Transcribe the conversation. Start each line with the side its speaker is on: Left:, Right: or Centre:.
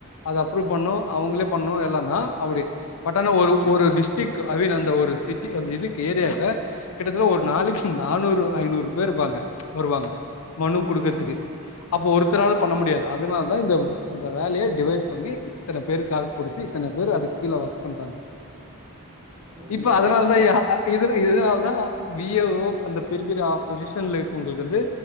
Left: அத அப்ரூவ் பண்ணு அவுங்களே பண்ணு எல்லானா அப்டி பட் ஆனா ஒரு ஒரு டிஷ் டிக்கு ஐ மீன் அந்த ஒரு சிட்டி அந்த இதுக்கு ஏரியாக்கு கிட்டத்தட்ட ஒரு நாளைக்கு நானூறு ஐநூறு பேர்ருப்பாங்க வருவாங்க மனு
Right: ம்.
Left: குடுக்கற்துக்கு
Right: ம்.
Left: அப்ப ஒருத்தர்றால பண்ண முடியாது அதனால தா இந்த அந்த வேலய டிவைட் பண்ணி இத்தன பேருக்கு ஆள் குடுத்து இத்தன பேர் அது கீழ ஒர்க் பண்றாங்க
Right: அப்டியா?
Left: இப்ப அதனால தா யா இதுல இதனால தா வி ஏ ஓ அந்த பெரிய பெரிய பொசிஷன்ல இருக்கோங்களுக்கு வந்து